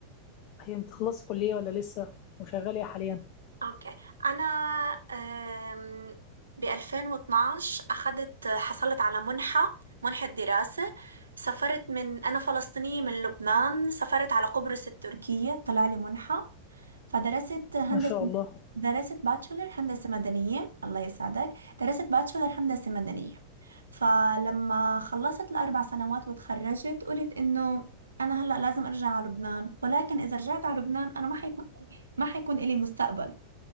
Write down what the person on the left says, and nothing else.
هي انت خلصت كليه ولا لسه وشغاله إيه حاليا
ما شاء الله